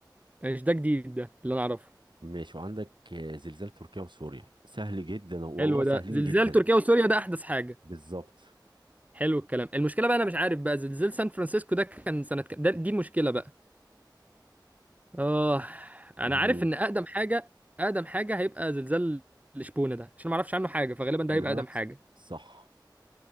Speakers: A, on the right (about 20°); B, on the right (about 85°).
A: <laughs> مش ده جديد ده اللي انا اعرفه
B: ماشي وعندك آه، زلزال تركيا وسوريا سهل جدا والله
A: حلو
B: سهلين
A: ده زلزال
B: جدا
A: تركيا وسوريا ده احدث حاجه
B: بالظبط
A: حلو الكلام المشكله بقى انا مش عارف بقى زلزال سان فرانسيسكو ده كان سنه كام ده دي المشكله بقى اه انا
B: مم.
A: عارف ان اقدم حاجه اقدم حاجه هيبقى زلزال الشبونه ده عشان ما اعرفش عنه حاجه فغالبا ده
B: خلي
A: هيبقى
B: بالك
A: اقدم حاجه
B: صح